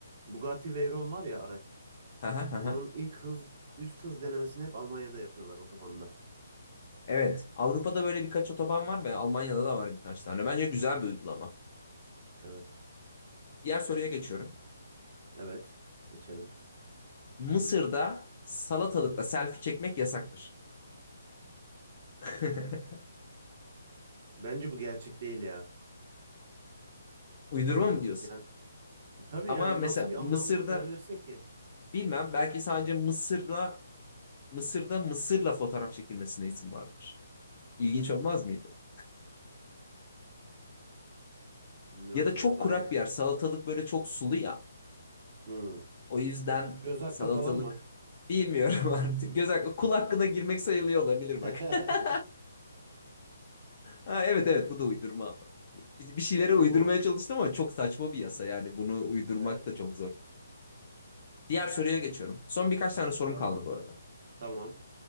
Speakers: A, on the right; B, on the left.
A: Bugatti Veyron var ya araç.
B: <laughs> Hı hı hı hı.
A: Onun ilk hız üst hız denemesini hep Almanya'da yapıyorlar otobanda.
B: Evet. Avrupa'da böyle birkaç otoban var ve Almanya'da da var birkaç tane. Bence güzel bir uygulama.
A: Evet.
B: Diğer soruya geçiyorum.
A: Güzel. Evet. Geçelim.
B: Mısır'da salatalıkla selfie çekmek yasaktır. <laughs>
A: Bence bu gerçek değil ya.
B: Uydurma mı diyorsun?
A: Yani e, tabii
B: Ama
A: yani
B: mesela
A: nasıl bir anlam
B: Mısır'da
A: yükleyebilirsin ki?
B: bilmem belki sadece Mısır'la Mısır'da Mısır'la fotoğraf çekilmesine izin vardır. İlginç olmaz mıydı?
A: Bilmiyorum
B: Ya da çok
A: ya. Ben
B: kurak bir yer. Salatalık böyle çok sulu ya.
A: Hmm.
B: O yüzden
A: Göz hakkı
B: salatalık
A: falan mı?
B: bilmiyorum <laughs> artık. Göz hakkı, kul hakkına girmek sayılıyor olabilir bak.
A: <laughs>
B: <laughs> Ha, evet evet bu da uydurma ama. Bir bir şeylere
A: Uydurma
B: uydurmaya
A: mı?
B: çalıştım ama çok saçma bir yasa yani bunu uydurmak
A: Evet.
B: da çok zor. Diğer soruya geçiyorum. Son birkaç tane sorum
A: Tamam.
B: kaldı bu arada.
A: Tamam.